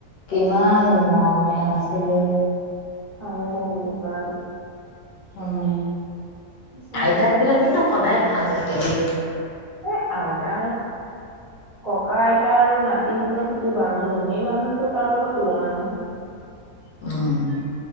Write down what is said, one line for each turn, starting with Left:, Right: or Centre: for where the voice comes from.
Left: কিমান মৰমীয়াল আছিলে।
Right: শাহু-শহু ঢুকাল,
Left: উম,
Right: সঁচাকে
Left: আইতাক বিলাক কিন্তু সদায় ভাল, থাকে দেই,
Right: এ' আইতা ককা-আইতা আৰু নাতিহঁতৰ যিটো বান্ধোন, সেই বান্ধোনটো কাৰো লগত তুলনা নহয়।
Left: উম,